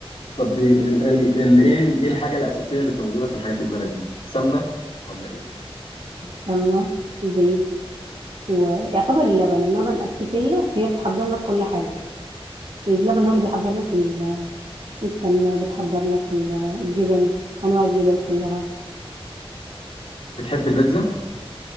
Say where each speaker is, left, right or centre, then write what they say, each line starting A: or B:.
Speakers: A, on the left (about 70°); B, on the right (about 75°).
A: طب بي- ال ال ال ايه ال- ايه الحاجه الاساسيه اللي بتبقى موجوده في الحاجات البلدي سمنه ولا ايه بالظبط
B: السمنه وبيض ويعتبر اللبن اللبن اساسيه فهي بتحضر لك كل حاجه اللبن هو اللي بيحضر لك ال- السمنة بتحضر لك ال- الجبن أنواع الجبن كلها
A: بتحب البيتزا